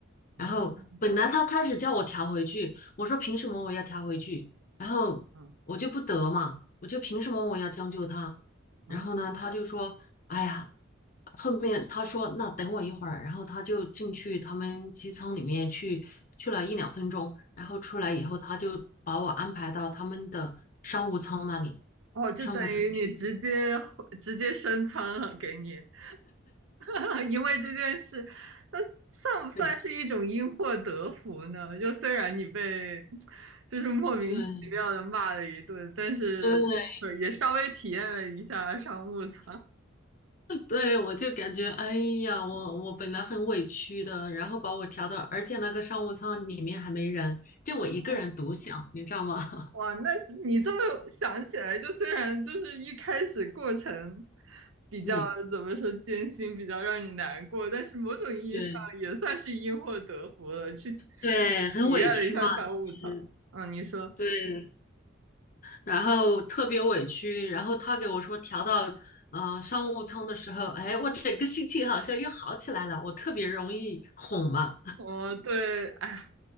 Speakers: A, on the left; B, on the right.
A: 然后本来他开始叫我调回去，
B: 嗯
A: 我说凭什么我要调回去？然后我就不得嘛，
B: 嗯
A: 我就凭什么我要将就他？
B: 嗯，
A: 然后呢，他就说，哎呀，后面他说那等我一会儿，然后他就进去他们机舱里面去去了一两分钟，然后出来以后，他就把我安排到他们的商务舱那里，
B: 哦，就等于你直接直接升舱了给你，
A: 商务舱去。
B: <laughs> 因为这件事，那算不算是一种因祸得福呢？
A: 对
B: 就虽然你被就是莫名其妙的骂了一顿，
A: 对
B: 但是对也稍微体验了一下商务舱。
A: 对，对，我就感觉，哎呀，我我本来很委屈的，然后把我调到，而且那个商务舱里面还没人，就我一个人独享，
B: 哦
A: 你知道吗？<laughs>
B: 哇，那你这么想起来，就虽然就是一开始过程比较怎么说艰辛，
A: 嗯，
B: 比较让你难过，但是某种意义上也算是因祸得福了，
A: 对
B: 去
A: 对，很委屈嘛，
B: 体验了一下商务舱。
A: 其实
B: 嗯，你说，
A: 对，然后特别委屈，然后他给我说调到嗯商务舱的时候，哎，我整个心情好像又好起来了，我特别容易哄嘛，
B: 哦，对，哎呀，